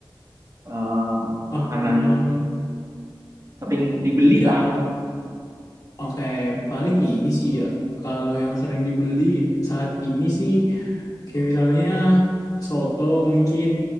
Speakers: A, on the right; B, on the left.
A: Eh, makanan
B: Em,
A: yang sering dibeli
B: yang
A: lah.
B: oke paling ini sih ya kalau yang sering dibeli saat ini sih kayak misalnya soto mungkin